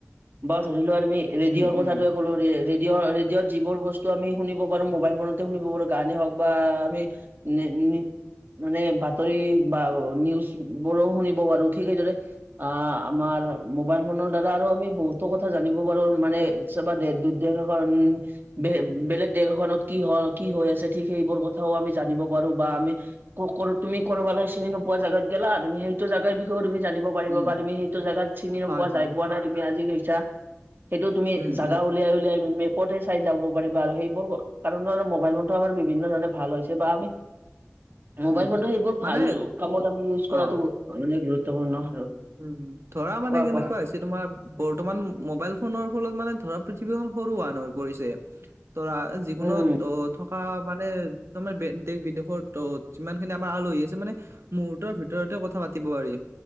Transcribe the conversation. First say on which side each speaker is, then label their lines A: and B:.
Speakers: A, on the right; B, on the right.
A: বা ধৰি লোৱা তুমি- এ ৰেডিঅ'ৰ
B: উম
A: কথাটো-
B: উম
A: কলো ৰেডিঅ' ৰেডিঅ'ত যিবোৰ বস্তু আমি শুনিব পাৰো মোবাইল ফোনতে শুনিব পাৰো, গানেই হওক বা আমি- নে নি- মানে বাতৰি বা নিউজ বোৰো শুনিব পাৰো, ঠিক সেইদৰে- অঁ আমাৰ মোবাইল ফোনৰ দাদা আৰু আমি বহুতো কথা জানিব পাৰো, মানে- চাবা দে দুদেশ কৰণ। বে- বেলেগ দেশ এখনত কি হয়, কি হৈ আছে, ঠিক সেইবোৰ কথাও আমি, জানিব পাৰোঁ। বা আমি, <unintelligible> তুমি ক'ৰবালৈ চিনি নোপোৱা জাগাত গ'লা। তুমি সেইটো জাগাৰ বিষয়েও তুমি জানিব পাৰিব
B: উম
A: বা তুমি, সেইটো জেগাত তুমি চিনি নোপোৱা,
B: হয় হয়
A: যাই পোৱা নাই, তুমি আজি গৈছা। সেইটো তুমি
B: উম
A: জাগা
B: উম
A: উলিয়াই-উলিয়াই মেপতে চাই যাব পাৰিবা আৰু। সেইবোৰ কাৰণৰ মোবাইল ফোনটো আমাৰ, বিভিন্ন ধৰণে ভাল হৈছে। বা আমি, মোবাইল
B: উম
A: ফোনটো সেইবোৰ ভাল
B: মানে
A: কামত
B: ত-
A: আমি ইউজ কৰাটো,
B: অ
A: মানে গুৰুত্বপূৰ্ণ আৰু।
B: উম, উম! ধৰা মানে,
A: কোৱা
B: কেনেকুৱা
A: কোৱা
B: হৈছে তোমাৰ, বৰ্তমান, মোবাইল ফোনৰ ফলত মানে, ধৰা পৃথিৱীখন সৰু <unintelligible> হৈ পৰিছে। ধৰা, যিকোনো
A: উম
B: তোত থকা মানে, তোমাৰ দেশ-বিদেশত যিমান খিনি আমাৰ আলহী আছে মানে, মুহুৰ্তৰ ভিতৰতে কথা পাতিব পাৰি।